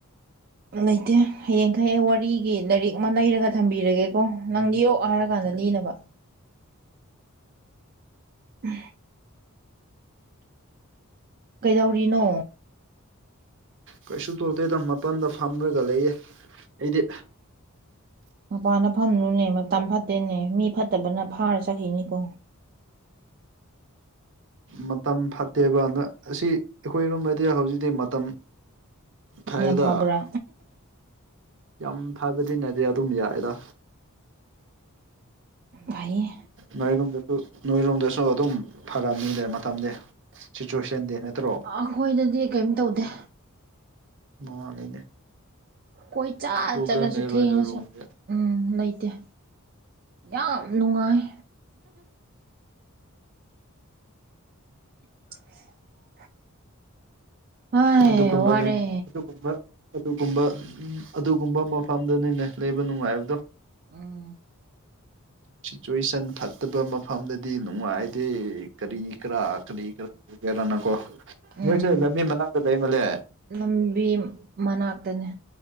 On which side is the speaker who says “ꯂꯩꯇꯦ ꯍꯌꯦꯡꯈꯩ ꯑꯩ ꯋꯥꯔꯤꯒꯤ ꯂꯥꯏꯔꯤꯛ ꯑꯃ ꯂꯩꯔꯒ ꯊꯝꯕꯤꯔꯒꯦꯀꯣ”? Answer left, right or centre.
Right